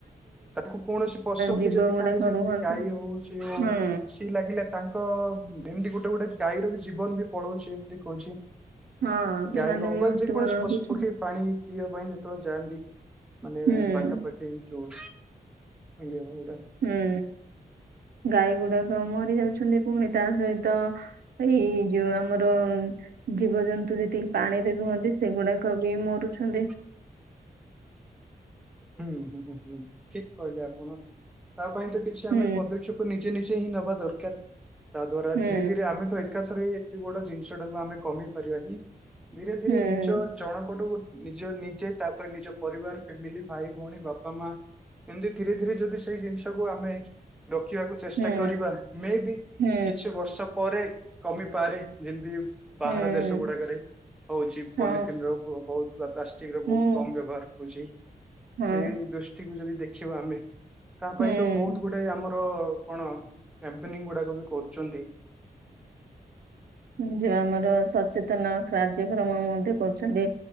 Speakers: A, in the centre; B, on the right.
A: ତାଙ୍କୁ କୌଣସି ପଶୁ ପକ୍ଷୀ
B: ଜୀବ
A: ଯଦି
B: ଗୁଡାକ
A: ଖାଆନ୍ତି ଯେମିତି
B: ରୁହନ୍ତି
A: ଗାଈ ହଉ ସେଏ ହଉ
B: ହୁଁ
A: ସିଏ ଲାଗିଲେ ତାଙ୍କ ଏମିତି ଗୋଟେ ଗୋଟେ ଗାଈର ବି ଜୀବନ ବି ପଳଉଛି ଏମିତି କହୁଛି
B: ହଁ ସେମାନେ
A: ଗାଈ ହଉ
B: ବି
A: ବା
B: ମୃତ୍ୟୁବରଣ
A: ଯେକୌଣସି ପଶୁ
B: କରୁଛନ୍ତି।
A: ପକ୍ଷୀ ପାଣି ପିଇବା ପାଇଁ ଯେତେବେଳେ ଜାଇ ନ୍ତି ମାନେ
B: ହୁଁ
A: ପାଖାପାଖି ଯୋଉ ଇଏ ହଉ
B: ହୁଁ ଗାଈ ଗୁଡା ମରି ଯାଉଛନ୍ତି ପୁଣି ତା ସହିତ ଏଇ ଯୋଉ ଆମର ଜୀବଜନ୍ ତୁ ଯେତିକି ପାଣି ରେ ରୁହନ୍ତି ସେଗୁଡାକ ବି ମରୁଛନ୍ତି।
A: ହଁ <inaudible> ହୁଁ ହୁଁଁ ହୁଁ ଠିକ କହିଲେ ଆପଣ ତା ପାଇଁ ତ କିଛି ଆମେ
B: ହୁଁ
A: ପଦକ୍ଷେପ ନିଜେ ନିଜେ ହିଁ ନବା ଦରକାର ତା ଦ୍ଵାରା
B: ହୁଁ
A: ଧୀରେ ଧୀରେ ଆମେ ତ ଏକାଥରେ ଏତେବଡ ଜିନିଷ ଟାକୁ ଆମେ କମେଇ ପାରିବାନି ଧୀରେ ଧୀରେ
B: ହୁଁ
A: ନିଜ ଜଣକଠୁ ନିଜ ନିଜେ ତାପରେ ନିଜ ପରିବାର ଫ୍ୟାମିଲି। ଭାଇ ଭଉଣୀ ବାପା ମା ଏମିତି ଧୀରେ ଧୀରେ ଯଦି ସେଇ ଜିନିଷକୁ ଆମେ ରଖିବାକୁ ଚେଷ୍ଟା
B: ହୁଁ
A: କରିବା ମେ ବି
B: ହୁଁ
A: କିଛି ବର୍ଷ ପରେ କମିପାରେ ଯେମିତି
B: ହୁଁ।
A: ବାହାର ଦେଶ ଗୁଡାକରେ। ହୋଉଚି
B: ହଁ
A: ପଲିଥିନ ର ବୋହୁତ ବା ପ୍ଲାଷ୍ଟିକ ର
B: ମୁଁ
A: ବୋହୁତ କମ ବ୍ୟବହାର ହୋଉଚି।
B: ହଁ
A: ସେଇ ଦୃଷ୍ଟିକୁ ଯଦି ଦେଖିବା ଆମେ ତା
B: ହୁଁ
A: ପାଇଁ ତ ବୋହୁତ ଗୁଟେ ଆମର ଆ କଣ କ୍ୟାପେନିଂ ଗୁଡାକ ବି କରୁଚନ୍ତି।
B: ହୁଁ ଯ ଆମର ସଚେତନ କାର୍ଯ୍ୟକ୍ରମ ମଧ୍ୟ କରୁଛନ୍ତି,